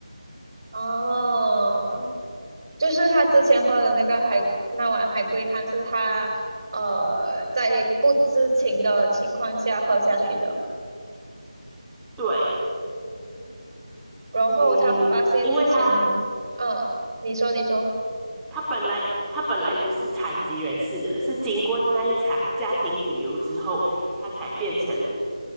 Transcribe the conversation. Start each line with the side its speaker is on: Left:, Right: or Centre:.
Right: 哦，就是他之前喝的那个海，那碗海龟汤是他呃在不知情的情况下喝下去的，
Centre: 对，
Right: 然后他发现之前，
Centre: 嗯，因为他
Right: 嗯，你说你说，
Centre: 他本来他本来不是残疾人士的，是经过那一场家庭旅游之后，他才变成